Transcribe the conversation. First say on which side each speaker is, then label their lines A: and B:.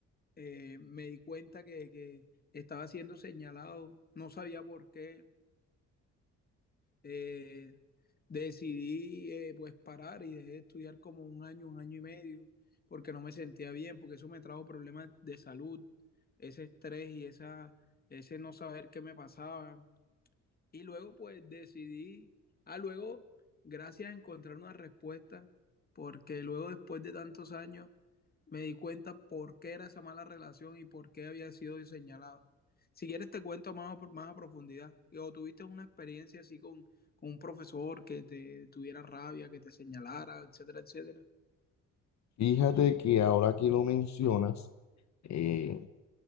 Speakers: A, on the left; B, on the left.
A: eh, me di cuenta que, que estaba siendo señalado, no sabía por qué. Eh, decidí eh, pues parar y dejé de estudiar como un año, un año y medio, porque no me sentía bien, porque eso me trajo problemas de salud, ese estrés y esa, ese no saber qué me pasaba. Y luego pues decidí, ah, luego, gracias a encontrar una respuesta, porque luego después de tantos años me di cuenta por qué era esa mala relación y por qué había sido señalado. Si quieres te cuento más, más a profundidad. O tuviste una experiencia así con, con un profesor que te tuviera rabia, que te señalara, etcétera, etcétera.
B: Fíjate que ahora que lo mencionas, eh,